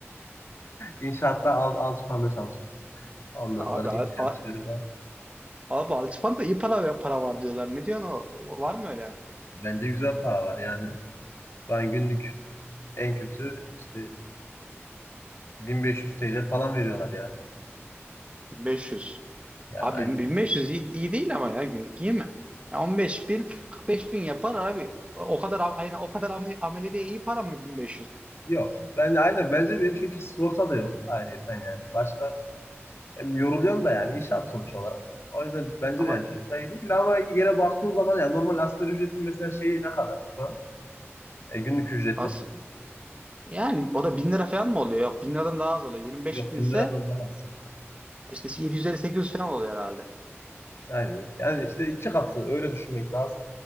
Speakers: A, on the left (about 60°); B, on the right (about 25°).
A: İnşaatta al, alışmanda çalışıyorum. Ondan
B: Abi
A: sonra
B: a-
A: iş arayacağım falan.
B: Abi Altıpan'da iyi para para var diyorlar. Ne diyorsun o? Var mı öyle?
A: Bence güzel para var yani. Ben günlük en kötü işte 1500 TL falan veriyorlar yani.
B: 1500.
A: Yani
B: Abi
A: aynı
B: 1500 iyi, iyi değil ama ya günlük iyi mi? Ya on beş bin kırk beş bin yapar abi. O kadar aynen o kadar ame- ameleliğe iyi para mı 1500?
A: Yok. Ben de aynen bence de çünkü sigorta da yok ayrıyeten yani. Başka hem yoruluyorsun da yani inşaat sonuç olarak. O yüzden bence
B: Ama
A: de yani çok da iyi değil ama yine baktığın zaman yani normal asgari ücretin mesela şeyi ne kadar şu an? E, günlük ücreti.
B: as yani o da 1000 lira falan mı oluyor? Yok 1000 liradan daha az oluyor. Yirmi beş
A: Yok
B: bin
A: bin
B: ise
A: liradan daha az.
B: işte yedi yüz, elli sekiz yüz falan oluyor herhalde.
A: Yani, yani işte iki katı öyle düşünmek lazım.